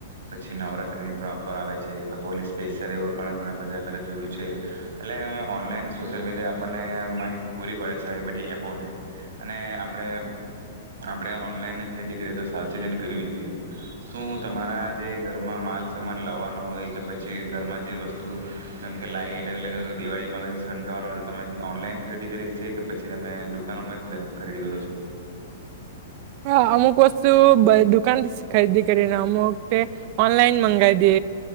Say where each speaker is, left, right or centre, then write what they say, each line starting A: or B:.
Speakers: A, on the right; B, on the right.
A: પછી નવરાત્રીની પણ ઓફર આવે છે, પછ હોલી સ્પેશિયલ એવું પણ ઘણા બધા અમે તો જોયું છે. એટલે ઓનલાઈન સોશિયલ મીડિયા આપણને આમ માહિતી પૂરી પડે છે, આવી બધી એપોને. અને આપણે આપણે ઓનલાઈન ખરીદી કરીએ તો સાવચેતી ને કરવી જોઈએ. શું તમારા જે ઘરમાં માલ સમાન લાવવાનો હોય કે પછી ઘરમાં જે વસ્તુ જેમ કે લાઈટ અલગ અલગ દિવાળીમાં તો <unintelligible> હોય તેમાંથી ઓનલાઈન ખરીદી કરી છે, કે પછી તમે દુકાનોમાં જ ખરીદી કરો છો?
B: હ અમુક વસ્તુ બ દુકાનથી જ ખરીદી કરીને અમુકતે ઓનલાઈન મંગાય દે